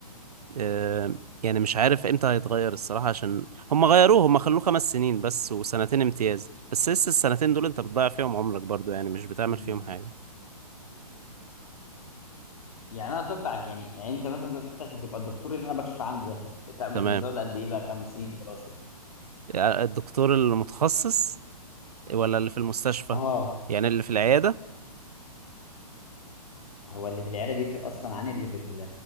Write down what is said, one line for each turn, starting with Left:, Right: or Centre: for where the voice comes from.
Right: آه، يعني مش عارف امتى هيتغير الصراحة عشان هم غيروه هم خلوه خمس سنين بس وسنتين امتياز بس لسه السنتين دول انت بتضيع فيهم عمرك برضو يعني مش بتعمل
Left: مم.
Right: فيهم حاجة
Left: يعني انا طب عشان يعني يعني انت مثلا دلوقتي عشان تبقى الدكتور اللي انا بكشف عنده ده بت- بت-
Right: تمام
Left: بتقعد قد ايه بقى كام سنين دراسه
Right: يعني الدكتور المتخصص ولا اللي في المستشفى
Left: اه
Right: يعني اللي في العيادة
Left: هو اللي في العياده بيفرق اصلا عن اللي في ال...